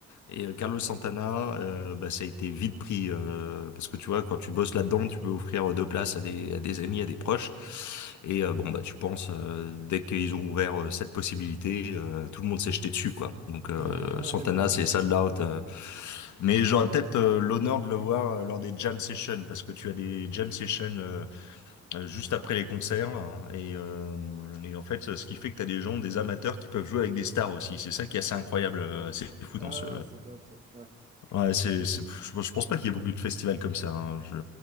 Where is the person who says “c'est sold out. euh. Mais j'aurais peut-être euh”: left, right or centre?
Left